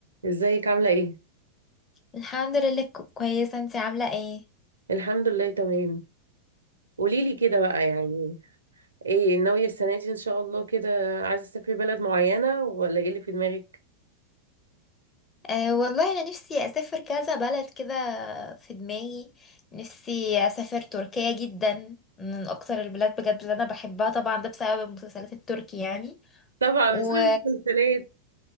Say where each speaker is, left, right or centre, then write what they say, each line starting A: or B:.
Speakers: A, on the right; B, on the left.
A: ازيك عاملة ايه؟
B: الحمد لله ك- كويسة انتي عاملة ايه؟
A: الحمد لله تمام قوليلي كده بقى يعني ايه ناوية السنة دي ان شاء الله كده عايزة تسافري بلد معينة ولا ايه اللي في دماغك؟
B: أه والله انا نفسي اسافر كذا بلد كده في دماغي نفسي اسافر تركيا جدا من اكتر البلاد بجد اللي انا بحبها طبعا ده بسبب المسلسلات التركي يعني
A: طبعا
B: و
A: بسبب المسلسلات